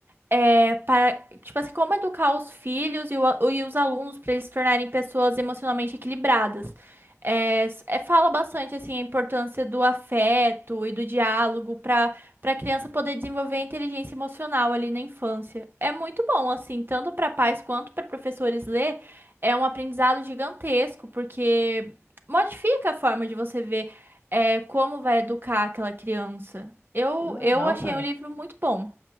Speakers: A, on the right; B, on the left.
A: É, para, tipo assim, como educar os filhos e, o a- e os alunos para eles se tornarem pessoas emocionalmente equilibradas. É, s- é, fala bastante assim a importância do afeto e do diálogo para para a criança poder desenvolver a inteligência emocional ali na infância. É muito bom assim, tanto para pais quanto para professores ler, é um aprendizado gigantesco porque modifica a forma de você ver é, como vai educar aquela criança. Eu,
B: Que legal,
A: eu achei
B: cara.
A: o livro muito bom.